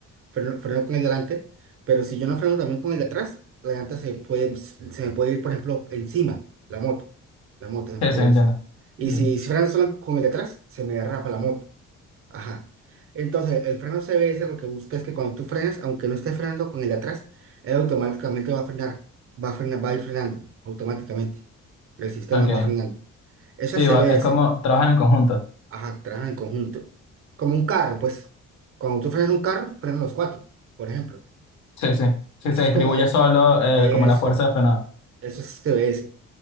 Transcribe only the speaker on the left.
sí,
sí, entiendo.
Entiendo.
Ok.
Sí,
va- es como trabajan en conjunto.
Sí, sí. Si
se distribuye
solo, eh,
como la fuerza de frenado.